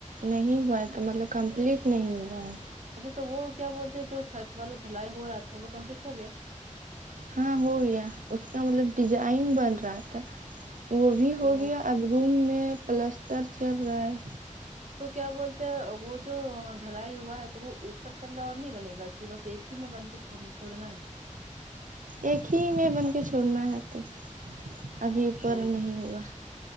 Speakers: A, on the right (about 85°); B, on the right (about 60°).
A: نہیں ہوا ہے مطلب کمپلیٹ نہیں ہوا ہے
B: اچھا تو وہ کیا بولتے ہیں جو چھت والا دھلائی ہو رہا تھا وہ کمپلیٹ ہو گیا
A: ہاں ہو گیا اس کا مطلب ڈیزائن بن رہا تھا وہ بھی ہو
B: او
A: گیا اب روم میں پلسٹر چل رہا ہے
B: تو کیا بولتے ہیں وہ جو ڈھلائی ہوا ہے تو وہ اوپر تللا اور نہیں بنے گا کی بس ایک ہی میں بن کے چڑ چھوڑنا ہے
A: ایک ہی میں بن کے چھڑنا ہے تو ابھی اوپر
B: او
A: نہیں ہوگا